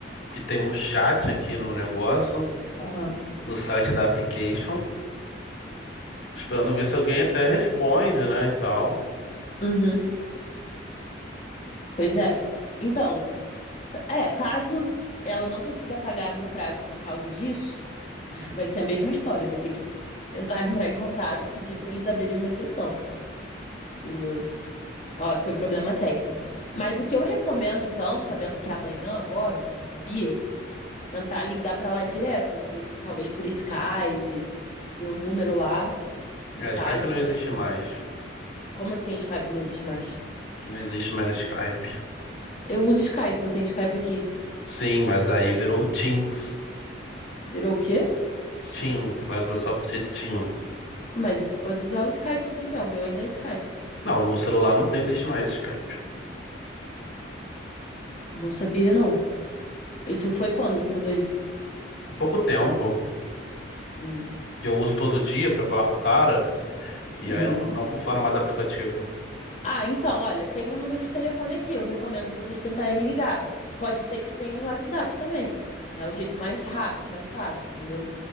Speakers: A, on the left; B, on the left.
A: que tem um chat aqui no negócio,
B: aham.
A: no site da application, esperando ver se alguém até responde, né, e tal.
B: Uhum, pois é. Então, t- é, caso ela não consiga pagar no prazo por causa disso, <laughs> vai ser a mesma história. Vai ter que tentar <laughs> entrar em contato e pedir para eles abrirem uma exceção, entendeu? ó que foi problema técnico. Mas o que eu recomendo, então, sabendo que é amanhã agora, que eu não sabia, tentar ligar para lá direto, se- talvez por Skype, ver o número lá no
A: É,
B: site.
A: Skype não existe mais.
B: Como assim Skype não existe mais?
A: Não existe mais Skype.
B: Eu uso Skype, eu tenho Skype aqui.
A: Sim, mas aí virou Teams.
B: Virou o quê?
A: Teams, Microsoft Teams.
B: Mas você pode usar o Skype se quiser, o meu ainda é Skype.
A: Não, no celular não tem, existe mais Skype.
B: Não sabia, não. Isso foi quando que mudou isso?
A: Há Pouco tempo,
B: Hum,
A: que eu uso todo dia pra falar com o cara, e
B: uhum.
A: aí não, não funciona mais o aplicativo.
B: Ah, então, olha, tem um número de telefone aqui. Eu recomendo vocês tentarem ligar. Pode ser que tenha um WhatsApp também. É o jeito mais rápido, mais fácil, entendeu?